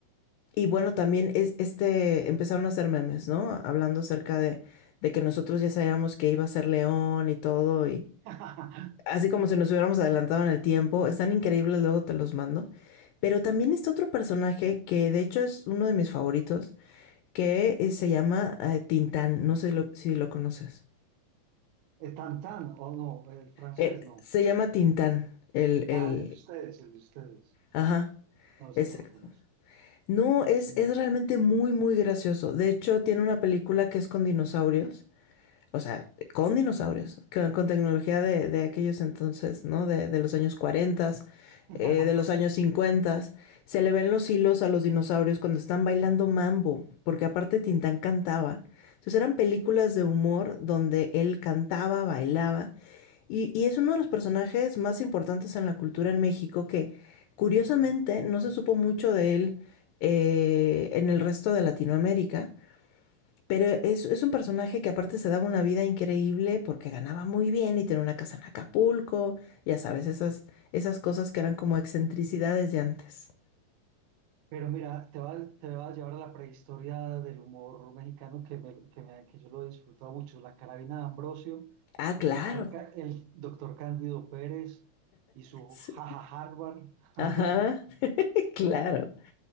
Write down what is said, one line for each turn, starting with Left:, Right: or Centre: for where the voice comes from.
Left: y bueno, también es, este, empezaron a hacer memes, ¿no? Hablando acerca de, de que nosotros ya sabíamos que iba a ser León y todo,
Right: <laughs>
Left: así como si nos hubiéramos adelantado en el tiempo. Están increíbles, luego te los mando. Pero también está otro personaje que de hecho es uno de mis favoritos, que eh, se llama eh, Tintán. No sé lo- si lo conoces.
Right: El Tantán, o no, el francés,
Left: Eh,
Right: no.
Left: se llama Tintán, el, el...
Right: Ah, el de ustedes, el de ustedes.
Left: Ajá,
Right: No, ese
Left: exacto.
Right: no lo conozco.
Left: No, es, es realmente muy, muy gracioso. De hecho, tiene una película que es con dinosaurios. O sea, con dinosaurios, con, con tecnología de, de aquellos entonces, ¿no? De, de los años 40,
Right: <laughs>
Left: eh, de los años 50. Se le ven los hilos a los dinosaurios cuando están bailando mambo, porque aparte Tintán cantaba. Entonces eran películas de humor donde él cantaba, bailaba. Y, y es uno de los personajes más importantes en la cultura en México que curiosamente no se supo mucho de él eh, en el resto de Latinoamérica. Pero es, es un personaje que aparte se daba una vida increíble porque ganaba muy bien y tenía una casa en Acapulco, ya sabes, esas, esas cosas que eran como excentricidades de antes.
Right: Pero mira, te va, te va a llevar a la prehistoria del humor mexicano que, me- que, me- que yo lo disfrutaba mucho. La Carabina de Ambrosio,
Left: Ah,
Right: el
Left: claro.
Right: doctor, Ca- el doctor Cándido Pérez y su
Left: Sí.
Right: jaja Harvard. <laughs>
Left: Ajá, <laughs> claro.